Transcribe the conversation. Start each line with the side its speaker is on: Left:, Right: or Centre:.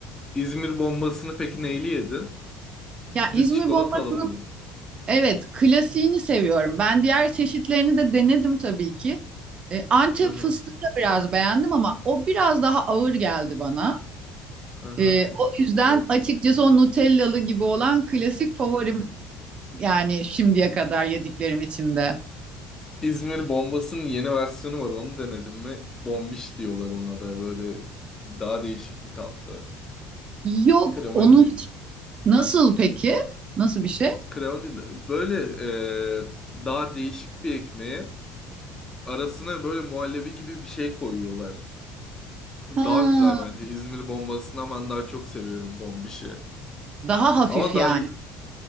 Left: İzmir bombasını peki neyle yedin?
Right: Ya İzmir
Left: Düz çikolatalı
Right: Bombasını
Left: mı?
Right: Evet, klasiğini seviyorum. Ben diğer çeşitlerini de denedim tabii ki. E, Antep
Left: Aha.
Right: fıstığı da biraz beğendim ama o biraz daha ağır geldi bana.
Left: Aha.
Right: E, o yüzden açıkçası o Nutellalı gibi olan klasik favorim yani şimdiye kadar yediklerim içinde.
Left: İzmir bombasının yeni versiyonu var. Onu denedin mi? Bombiş diyorlar ona da böyle daha değişik bir tatlı.
Right: Yok,
Left: Krema
Right: onu
Left: gibi.
Right: hiç nasıl peki? Nasıl bir şey?
Left: Krema değil de böyle e, daha değişik bir ekmeğe arasına böyle muhallebi gibi bir şey koyuyorlar. Daha
Right: Ha,
Left: güzel bence. İzmir bombasından ben daha çok seviyorum bombişi.
Right: daha hafif
Left: Ama daha
Right: yani.